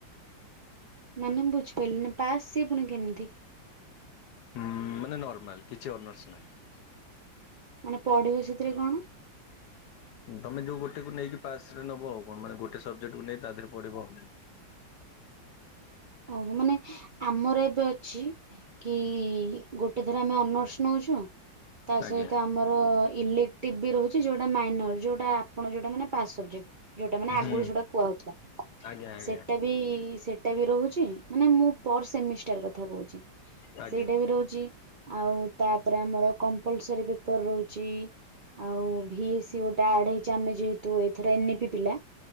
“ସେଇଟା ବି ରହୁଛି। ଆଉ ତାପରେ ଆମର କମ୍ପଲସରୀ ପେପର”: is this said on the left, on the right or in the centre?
Right